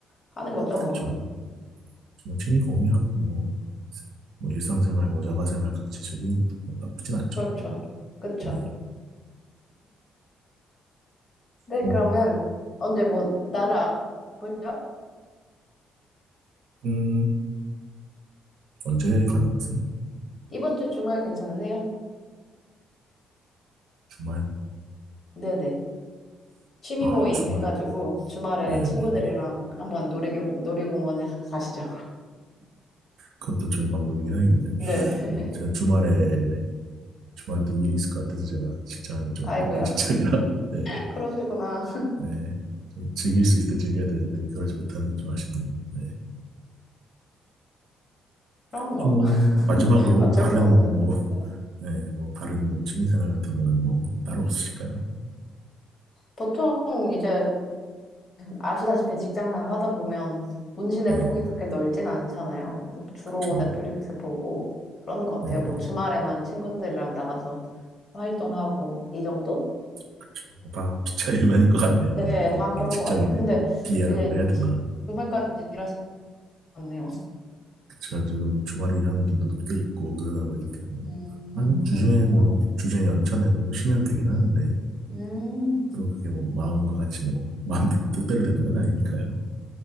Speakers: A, on the left; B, on the right.
A: 하는 거죠, 뭐.
B: 그쵸. 뭐, 취미 공유하고, 뭐, 뭐, 일상생활, 뭐, 야가생활 같이 즐기는 것도 뭐 나쁘진 않죠.
A: 그렇죠. 그렇죠.
B: 네.
A: 네,
B: 뭐,
A: 그러면 언제 뭐 나를 볼까요?
B: 음, 언제 가능하세요?
A: 이번 주 주말 괜찮으세요?
B: 주말?
A: 네네. 취미
B: 아,
A: 모임
B: 주말.
A: 해가지고 주말에
B: 네네.
A: 친구들이랑 한번 놀이공, 놀이공원에 가시죠.
B: 그것도 좋은 방법이긴 하겠네요.
A: 네. <laughs>
B: 네. 제가 주말에, 주말에도 일이 있을 것 같아서 제가 직장이 좀
A: 아이고야.
B: 바쁜 직장이라, <laughs> 네.
A: <laughs> 그러시구나.
B: 네. 즐길 수 있을 때 즐겨야 되는데 그러지 못하는 게 좀 아쉽네요. 네.
A: 그럼
B: 혹시
A: 뭐
B: 뭐 마지막으로
A: 어쩔
B: 다른
A: 수 없죠.
B: 뭐, <laughs>
A: 네.
B: 네, 뭐 다른 뭐 취미생활 같은 거는 뭐 따로 없으실까요?
A: 보통 이제 아시다시피 직장생활 하다 보면 운신의
B: 네,
A: 폭이 그렇게 넓진 않잖아요. 그래서 주로
B: 그렇죠.
A: 넷플릭스 보고 그러는 것 같아요.
B: 네, 네,
A: 뭐 주말에만
B: 네,
A: 친구들이랑 나가서 활동하고 이 정도?
B: 그렇죠. 뭐다 피차일반인 <laughs> 것 같네요.
A: 네,
B: 아무래도
A: 다 그런
B: 이 직장인의
A: 것 같아요. 근데
B: 비애라고
A: 이제
B: 해야 되나?
A: 주말까지 일하시네요.
B: 그렇죠. 저도 뭐 주말에 일하는 빈도도 꽤 있고 그러다 보니까 뭐,
A: 음,
B: 아니 뭐
A: 그러셨구나.
B: 주중에 뭐 주중에 연차 내고 뭐 쉬면 되긴 하는데
A: 음,
B: 또 그게 뭐 마음과 같이 뭐 <laughs> 마음대로 뜻대로 되는 건 아니니까요.